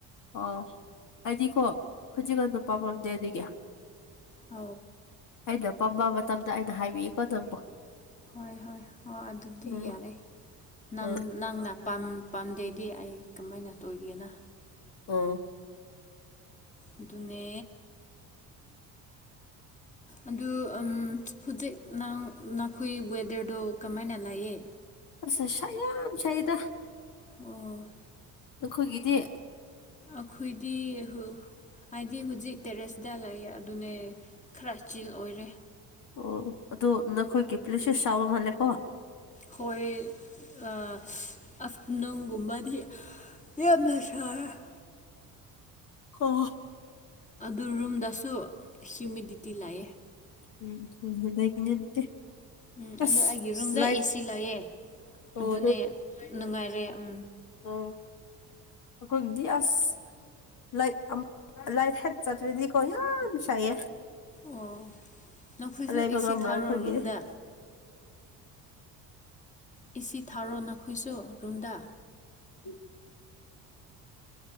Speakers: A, on the left; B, on the left.
A: ꯑꯣ ꯑꯩꯗꯤꯀꯣ ꯍꯧꯖꯤꯛꯒꯥꯟꯗ ꯄꯥꯝꯃꯝꯗꯦ ꯑꯗꯨꯒꯤ
B: ꯍꯧꯖꯤꯛꯅ
A: ꯑꯩꯅ ꯄꯥꯝꯕ ꯃꯇꯝꯗ ꯑꯩꯅ ꯍꯥꯏꯕꯤꯀꯣ ꯅꯪꯕꯨ
B: ꯃꯇꯝꯗ ꯑꯩꯅ ꯍꯥꯏꯕꯤꯀꯣ ꯍꯣꯏ ꯍꯣꯏ ꯍꯣꯏ ꯑꯗꯨꯗꯤ
A: ꯎꯝ
B: ꯌꯥꯔꯦ ꯅ
A: ꯎꯝ
B: ꯅꯪꯅ ꯄꯥꯝ ꯄꯥꯝꯗꯦꯗꯤ ꯑꯩ ꯀꯃꯥꯏꯅ ꯇꯧꯒꯦꯅ
A: ꯑꯣ
B: ꯑꯗꯨꯅꯦ
A: <inaudible>
B: ꯑꯗꯨ ꯍꯧꯖꯤꯛ ꯅꯪ ꯅꯈꯣꯏ ꯋꯦꯗꯔꯗꯣ ꯀꯃꯥꯏꯅ ꯂꯩꯌꯦ
A: ꯑꯁ ꯅꯨꯡꯁꯥ ꯌꯥꯝ ꯁꯥꯏꯗ
B: ꯑꯣ
A: ꯅꯈꯣꯏꯒꯤꯗꯤ
B: ꯑꯈꯣꯏꯗꯤ ꯍꯨ ꯍꯥꯏꯗꯤ ꯍꯧꯖꯤꯛ ꯇꯦꯔꯦꯁꯇ ꯂꯩꯌꯦ ꯑꯗꯨꯅꯦ ꯈꯔ ꯆꯤꯜ ꯑꯣꯏꯔꯦ
A: ꯑꯣ ꯑꯗꯨ ꯅꯈꯣꯏꯒꯤ ꯄ꯭ꯂꯦꯁꯦꯁ ꯆꯥꯎꯕ ꯃꯥꯜꯂꯦꯀꯣ
B: ꯍꯣꯏ ꯑ ꯑꯁ ꯅꯨꯡꯒꯨꯝꯕꯗꯤ <unintelligible>
A: ꯍꯣ
B: ꯑꯗꯨ ꯔꯨꯝꯗꯁꯨ ꯍ꯭ꯌꯨꯃꯤꯗꯤꯇꯤ ꯂꯥꯏꯑꯦ
A: ꯎꯝ <unintelligible>
B: ꯎꯝ
A: ꯑꯁ
B: ꯑꯗꯣ ꯑꯩꯒꯤ ꯔꯨꯝꯗ
A: ꯂꯥꯏꯠ
B: ꯑꯦꯁꯤ ꯂꯩꯌꯦ
A: ꯑꯣ
B: ꯑꯗꯨꯅꯦ ꯅꯨꯡꯉꯥꯏꯔꯦ ꯎꯝ
A: ꯎ ꯑꯩꯈꯣꯏꯗꯤ ꯑꯁ ꯂꯥꯏꯠ ꯂꯥꯏꯠ ꯍꯦꯛ ꯆꯠꯇ꯭ꯔꯗꯤꯀꯣ ꯌꯥꯝ ꯁꯥꯏꯌꯦ
B: ꯑꯣ ꯅꯈꯣꯏꯁꯨ
A: ꯂꯩꯕ
B: ꯑꯦꯁꯤ
A: ꯉꯝꯔꯣꯏ
B: ꯊꯥꯔꯣ
A: ꯑꯩꯈꯣꯏꯒꯤꯗꯤ
B: ꯔꯨꯝꯗ ꯑꯦꯁꯤ ꯊꯥꯔꯣ ꯅꯈꯣꯏꯁꯨ ꯔꯨꯝꯗ
A: ꯎꯝ <unintelligible>